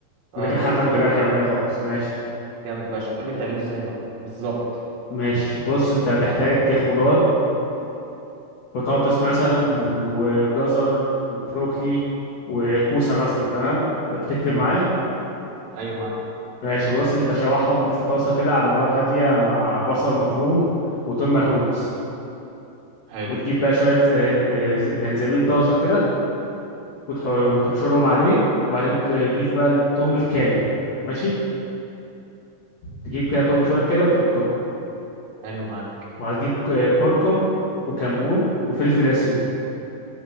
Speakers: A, on the left; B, on the right.
A: من
B: اه
A: غير
B: قول
A: حتى
B: لي بتعمله
A: منتجات حيوانيه خالص ماشي
B: جامد فشخ قول لي بتعمله ازاي بقى بالظبط
A: ماشي بص انت هتحتاج خضار بطاطس مثلا وجزر وبروكلي وكوسة مثلا تمام بتكتب
B: امم
A: معايا
B: ايوه معاك
A: ماشي بص انت شوحهم في طاسة كده على نار هادية مع بصل مفروم وتوم مهروس
B: حلو
A: وتجيب بقى شوية ز- ز- جنزبيل طازة كده وتح- وتبشرهم عليه وبعدين تضيف بقى التوم الكاري ماشي تجيب كده توم وشوية كاري وتحطهم
B: حلو معاك
A: وهتجيب ك- كركم وكمون وفلفل اسود